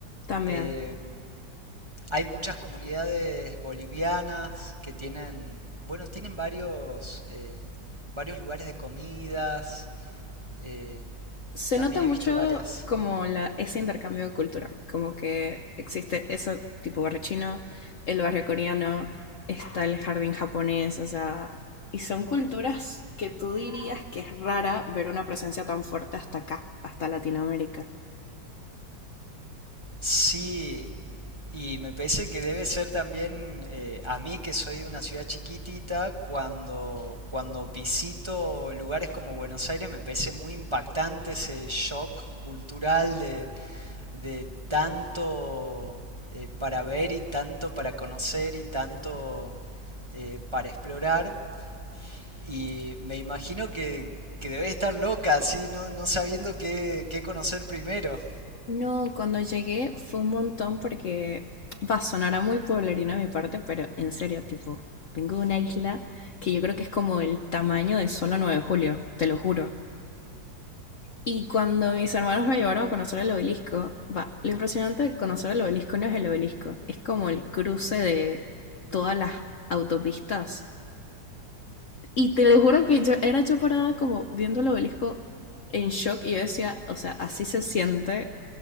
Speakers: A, on the left (about 55°); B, on the right (about 20°).
A: también.
B: eh, hay muchas comunidades bolivianas que tienen, bueno, tienen varios, eh, varios lugares de comidas. Eh,
A: Se
B: también
A: nota
B: he
A: mucho
B: visto varias.
A: como la, ese intercambio de cultura, como que existe ese tipo barrio chino, el barrio coreano, está el jardín japonés, o sea, y son culturas que tú dirías que es rara ver una presencia tan fuerte hasta acá, hasta Latinoamérica.
B: Sí, y me parece que debe ser también eh, a mí que soy de una ciudad chiquitita, cuando, cuando visito lugares como Buenos Aires me parece muy impactante ese shock cultural de, de tanto eh, para ver y tanto para conocer y tanto eh, para explorar. Y me imagino que, que debe estar loca, así, no, no sabiendo qué, qué conocer primero.
A: No, cuando llegué fue un montón porque va a sonar a muy pueblerino de mi parte, pero en serio, tipo, vengo de una isla que yo creo que es como el tamaño de solo 9 de julio, te lo juro. Y cuando mis hermanos me llevaron a conocer el obelisco, va, lo impresionante de conocer el obelisco no es el obelisco, es como el cruce de todas las autopistas. Y te lo juro que yo era yo parada como viendo el obelisco en shock y yo decía, o sea, así se siente